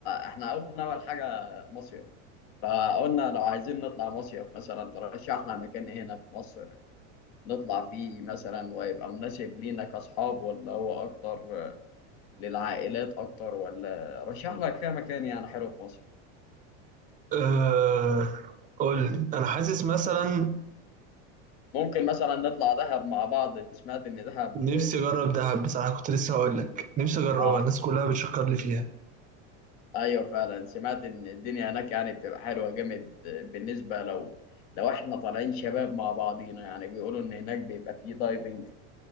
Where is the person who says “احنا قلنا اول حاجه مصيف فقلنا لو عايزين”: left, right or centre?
Left